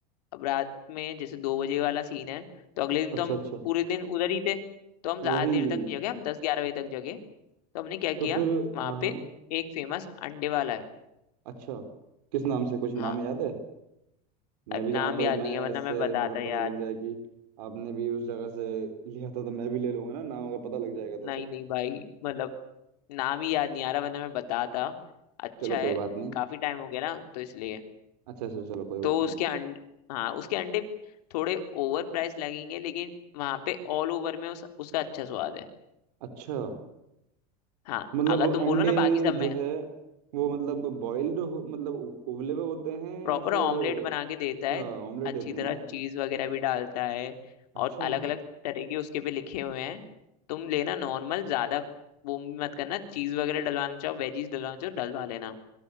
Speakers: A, on the left; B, on the right.
A: अब रात में जैसे दो बजे वाला सीन है तो अगले दिन तो
B: अच्छा
A: हम
B: अच्छा
A: पूरे दिन उधर ही थे तो हम ज्यादा
B: वही
A: देर तक नहीं जगे हम दस ग्यारह बजे तक जगे तो हमने क्या किया
B: तो फिर
A: वहां
B: हाँ हाँ
A: पे एक फेमस अंडे वाला है
B: अच्छा किस नाम से कुछ
A: हाँ
B: नाम याद है मैं
A: अरे
B: भी
A: नाम
B: जाऊँ तो
A: याद
B: मैं
A: नहीं है वरना
B: इससे
A: मैं बताता
B: मतलब पता
A: यार
B: लग जाए कि आपने भी उस जगह से लिया था तो मैं भी ले लूंगा ना नाम अगर पता लग जाएगा
A: नहीं
B: तो तो
A: नहीं भाई मतलब नाम ही याद नहीं आ रहा वरना मैं बताता अच्छा
B: चलो
A: है
B: कोई बात नहीं
A: काफी टाइम हो गया ना तो इसलिए
B: अच्छा अच्छा चलो कोई बात
A: तो उसके
B: नहीं
A: अंडे हाँ उसके अंडे थोड़े ओवर प्राइस लगेंगे लेकिन वहां पे ऑल ओवर में उस, उसका अच्छा स्वाद है
B: अच्छा
A: हाँ
B: मतलब
A: अगर
B: वो
A: तुम
B: अंडे
A: बोलो ना बाकी सब
B: जो
A: में
B: है वो मतलब बॉइल्ड मतलब उ- उबले हुए होते हैं
A: प्रॉपर
B: या फिर
A: ऑमलेट बना के देता
B: अच्छा
A: है
B: ऑमलेट
A: अच्छी
B: देते हैं
A: तरह
B: ना
A: चीज वगैरह भी डालता है
B: अच्छा
A: और अलग अलग तरह के उसके पे लिखे हुए हैं तुम लेना नॉर्मल ज्यादा वो भी मत करना चीज वगैरह डलवाना चाहो वेजीज डलवाना चाहो डलवा लेना